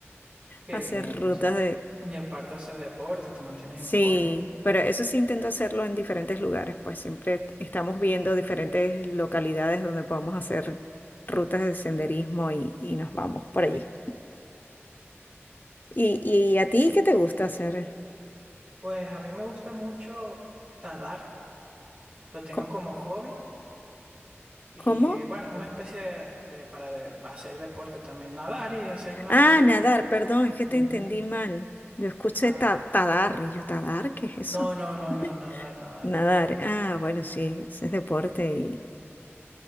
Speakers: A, on the right; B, on the left.
A: qué
B: a hacer
A: bien.
B: rutas
A: Es- Y aparte haces deporte, te mantienes
B: Sí,
A: en forma.
B: pero eso sí intento hacerlo en diferentes lugares, pues siempre est- estamos viendo diferentes localidades donde podemos hacer rutas de senderismo y, y nos vamos por allí. ¿Y, y a ti qué te gusta hacer?
A: Pues a mí me gusta mucho nadar, lo tengo
B: Co-
A: como hobby y
B: ¿Cómo?
A: eh, bueno, es una especie de, de- para de- hacer deporte también, nadar y hacer natación.
B: Ah, nadar, perdón, es que te
A: Ujú.
B: entendí mal. Yo escuché
A: Ah,
B: ta- tadar y yo, ¿tadar? ¿Qué es eso?
A: no, no, no,
B: <laughs>
A: no, nadar, nadar.
B: Nadar. Ah, bueno, sí, ese es deporte y